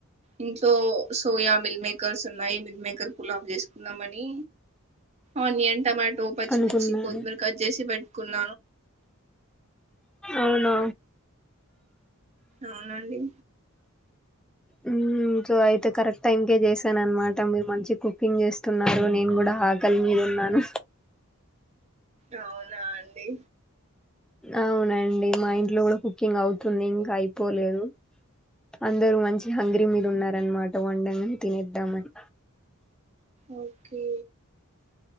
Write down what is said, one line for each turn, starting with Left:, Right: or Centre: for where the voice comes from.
Right: ఇంట్లో సోయా మిల్క్ మేకర్స్ ఉన్నాయి మిల్క్ మేకర్ పులావు చేసుకున్నామని ఆనియన్ టమాటో పచ్చిమిర్చి
Centre: అనుకున్నారు
Right: కొత్తిమీర కట్ చేసి పెట్టుకున్న
Centre: అవున
Right: అవునండి
Centre: ఉ అయితే కరెక్ట్ టైంకే చేసాను అన్న మాట మీరు మంచిగా కుకింగ్ చేస్తున్నారు నేను గూడ <unintelligible> మీద ఉన్నాను
Right: అవునా అండి
Centre: అవునండి మా ఇంట్లో కూడా కుకింగ్ అవుతుంది ఇంకా అయిపోలేదు అందరు మంచి హంగరీ మీద ఉన్నారనమాట వండగానే తినేద్దామని
Right: ఓకే